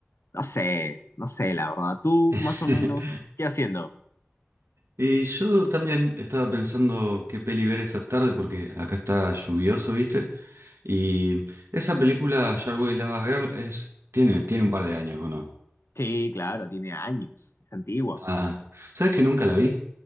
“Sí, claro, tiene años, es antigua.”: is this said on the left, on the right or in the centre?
Left